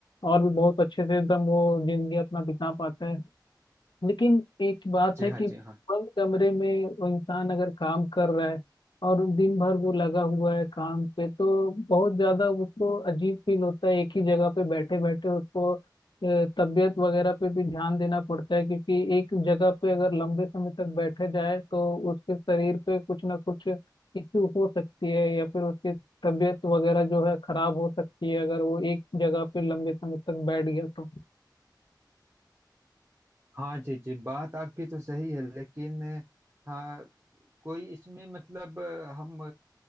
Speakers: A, on the left; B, on the right.
A: और भी बहुत अच्छे से एकदम वो जिंदगी अपना बिता पाता है लेकिन एक बात
B: जी
A: है कि
B: हाँ जी हाँ
A: बंद कमरे में वो इंसान अगर काम कर रहा है और दिन भर वो लगा हुआ है काम पे तो बहुत ज्यादा उसको अजीब फील होता है एक ही जगह पे बैठे बैठे उसको अ, तबीयत वगैरह पे भी ध्यान देना पड़ता है क्योंकि एक जगह पे अगर लंबे समय तक बैठे जाए तो उसके शरीर पे कुछ ना कुछ इश्यू हो सकती है या फिर उसकी तबीयत वगैरह जो है खराब हो सकती है अगर वो एक जगह पे लंबे समय तक बैठ गया तो
B: हाँ जी जी बात आपकी तो सही है लेकिन हाँ कोई इसमें मतलब हम